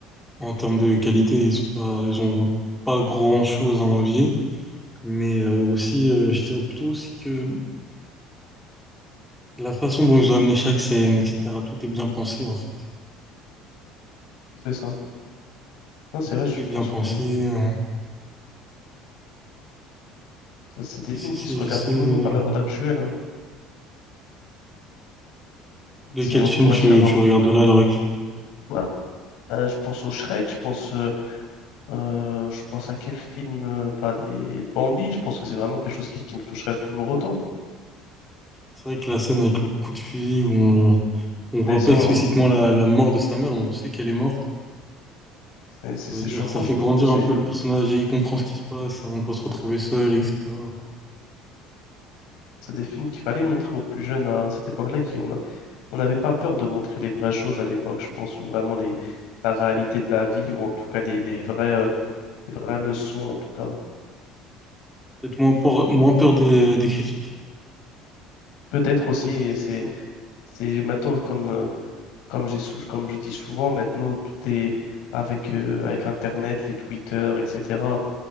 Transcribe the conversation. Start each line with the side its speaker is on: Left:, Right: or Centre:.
Centre: En termes de qualité, ils sont pas, ils ont pas grand-chose à envier, mais euh, aussi, euh, je dirais plutôt aussi que La façon dont ils ont amené chaque scène, etc., tout est bien pensé, en fait.
Left: C'est ça. Non, c'est vrai, je
Centre: Tout est bien
Left: pense
Centre: pensé.
Left: que...
Centre: euh,
Left: Ça, C'est des films
Centre: C'est, c'est,
Left: qui se regardent
Centre: c'est...
Left: toujours à l'heure actuelle. hein.
Centre: De
Left: C'est,
Centre: quel
Left: on
Centre: film
Left: pourrait
Centre: tu,
Left: se faire un.
Centre: tu regarderais à l'heure actuelle?
Left: Ouais. Euh, je pense au Shrek, je pense, euh, euh, je pense à quel film, euh, bah, les Bambi, je pense que c'est vraiment quelque chose qui, qui me toucherait toujours autant.
Centre: C'est vrai que la scène avec le coup de fusil, où on, on
Left: C'est
Centre: voit
Left: ça,
Centre: pas explicitement
Left: hein.
Centre: la, la mort de sa mère, mais on sait qu'elle est morte.
Left: c'est c'est-
Centre: Ça
Left: c'est
Centre: veut dire
Left: choquant,
Centre: que ça fait
Left: je trouve.
Centre: grandir
Left: C'est
Centre: un peu le personnage et il comprend ce qui se passe, on doit se retrouver seul, etc.
Left: c'est des films qu'il fallait montrer aux plus jeunes à cette époque-là, qui on a, on n'avait pas peur de montrer les vraies choses à l'époque, je pense, ou vraiment les, la réalité de la vie, ou en tout cas les, les vraies, euh, les vraies leçons, en tout cas.
Centre: Peut-être moins peur, moins peur des, des critiques.
Left: Peut-être aussi,
Centre: Peut-être
Left: et
Centre: que c'était
Left: c'est
Centre: ça.
Left: c'est maintenant comme. euh, Comme j'ai sou- comme je dis souvent, maintenant, tout est avec, euh, avec Internet, les Twitter, etc.